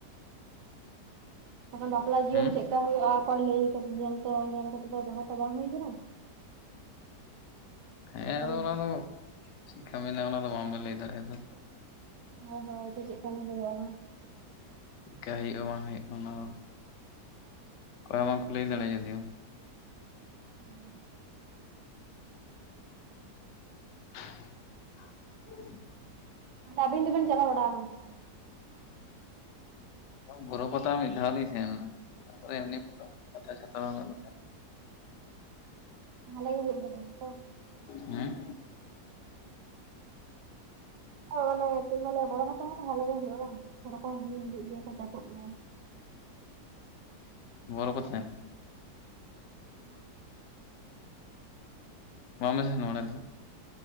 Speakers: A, on the right (about 75°); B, on the left (about 80°).
A: ᱮᱠᱷᱟᱱ ᱵᱟᱯᱞᱟ ᱡᱤᱭᱚᱱ
B: ᱦᱩᱸ
A: ᱪᱮᱫᱠᱟ ᱦᱩᱭᱩᱜᱼᱟ <unintelligible> ᱧᱮᱞ ᱛᱚ ᱧᱮᱞ ᱠᱟᱛᱮᱜ ᱫᱚ ᱫᱚᱦᱚ ᱛᱚ ᱵᱟᱝ ᱦᱩᱭ ᱟᱠᱟᱱᱟ ᱾
B: ᱦᱮᱸ
A: ᱦᱳᱭ
B: ᱟᱫᱚ ᱚᱱᱟ ᱫᱚ <inaudible> ᱪᱤᱫᱠᱟ ᱢᱮᱱᱟᱜᱼᱟ ᱚᱱᱟ ᱫᱚ ᱵᱟᱝᱵᱮᱱ ᱞᱟᱹᱭ ᱫᱟᱲᱮᱭᱟᱜᱼᱟ ᱛᱚ ᱾
A: ᱦᱳᱭ ᱦᱳᱭ ᱟᱫᱚ ᱪᱮᱫᱠᱟᱱᱤᱡ ᱮ ᱦᱩᱭᱩᱜᱼᱟ ᱚᱱᱟ
B: ᱪᱮᱫᱠᱟ ᱦᱩᱭᱩᱜᱼᱟ ᱵᱟᱝ ᱦᱩᱭᱩᱜᱼᱟ ᱚᱱᱟ ᱫᱚ ᱚᱠᱚᱭ ᱦᱚᱸ ᱵᱟᱝ ᱠᱚ ᱞᱟᱹᱭ ᱫᱟᱲᱮᱭᱟᱼᱟ ᱡᱚᱫᱤᱭᱚ
A: ᱦᱩᱸ ᱾
B: <inaudible>
A: ᱟᱵᱤᱱ ᱫᱚ ᱵᱤᱱ ᱪᱟᱞᱟᱣ ᱵᱟᱲᱟᱣ ᱟᱠᱟᱱᱟ ᱥᱮ ᱵᱟᱝ?
B: <inaudible> ᱵᱳᱨᱳ ᱯᱟᱛᱟ ᱢᱤᱫ ᱫᱷᱟᱣ ᱞᱤᱧ ᱥᱮᱱ ᱞᱮᱱᱟ ᱾ ᱛᱟᱨᱯᱚᱨ ᱮᱢᱱᱤ ᱯᱟᱛᱟ ᱪᱷᱟᱛᱟ ᱦᱚ ᱟᱫᱚ <inaudible>
A: ᱵᱷᱟᱞᱮ ᱜᱮ ᱦᱩᱭᱩᱜ ᱠᱟᱱᱟ ᱛᱚ ᱾
B: ᱦᱮᱸᱜ?
A: ᱦᱳᱭ ᱢᱟᱱᱮ ᱪᱮᱫ ᱠᱚ ᱞᱟᱹᱭᱟ ᱵᱚᱨᱚ ᱯᱟᱛᱟ ᱢᱟᱱᱮ ᱵᱷᱟᱞᱮ ᱜᱮ ᱦᱩᱭᱩᱜᱼᱟ ᱵᱟᱝ? ᱦᱚᱲ ᱠᱚ ᱦᱩᱭ ᱦᱤᱡᱩᱜ ᱜᱮᱭᱟ <unintelligible> ᱠᱚᱜ ᱜᱮᱭᱟ᱾
B: ᱵᱚᱨᱚ ᱯᱟᱛᱟ ᱧᱮᱞ?
A: ᱦᱮᱸ ᱾
B: ᱵᱟᱢ ᱯᱮ ᱥᱮᱱᱚᱜᱼᱟ ᱚᱲᱟᱜ ᱫᱚ?